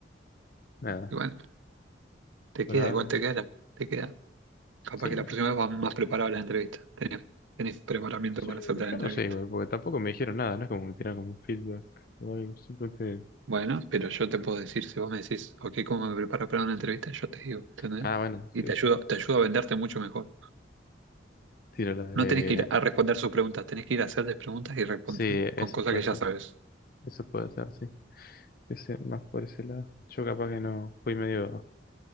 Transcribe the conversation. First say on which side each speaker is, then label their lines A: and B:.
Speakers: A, on the left; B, on the right.
A: Nada,
B: Igual, te
A: por
B: queda,
A: ahora.
B: igual te queda, la- te queda. Capaz
A: Sí,
B: que la
A: nada.
B: próxima vez vas más preparado a la entrevista. Tenés, tenés preparamiento
A: Sí,
B: para hacer la entrevista.
A: yo no sé igual, porque tampoco me dijeron nada, no es como que tiraron como un feedback o algo, simplemente...
B: Bueno, pero yo te puedo decir, si vos me decís, ok, ¿cómo me preparo para una entrevista? Yo te digo, ¿entendés?
A: Ah, bueno,
B: Y
A: qué
B: te
A: sé
B: ayudo,
A: yo.
B: te ayudo a venderte mucho mejor.
A: Tiro la de...
B: No tenés que ir a responder sus preguntas, tenés que ir a hacerles preguntas y responder
A: Sí, eso
B: con cosas
A: puede
B: que ya
A: ser,
B: sabes
A: eso puede ser, sí. Ese, más por ese lado. Yo capaz que no, fui medio...